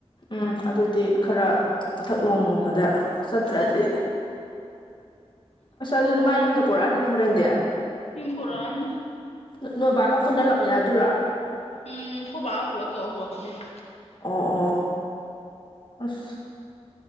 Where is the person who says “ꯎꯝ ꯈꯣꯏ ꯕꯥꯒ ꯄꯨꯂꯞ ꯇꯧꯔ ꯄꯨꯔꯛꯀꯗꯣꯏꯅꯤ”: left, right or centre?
Left